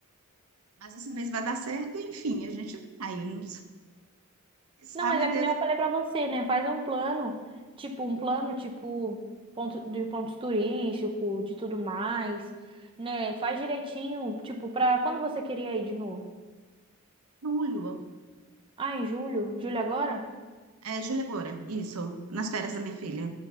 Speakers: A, on the right; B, on the right.
A: mas essa vez vai dar certo, enfim, a gente vai. Não sabe
B: Não, mas é
A: Deus,
B: que nem eu
A: em
B: falei pra você, né? Faz um plano, tipo, um plano, tipo, ponto, de pontos turísticos, de tudo mais, né? Faz direitinho, tipo, pra quando você queria ir de novo?
A: julho.
B: Ah, em julho? Julho agora?
A: É, Júlia Moura, isso, nas férias da minha filha,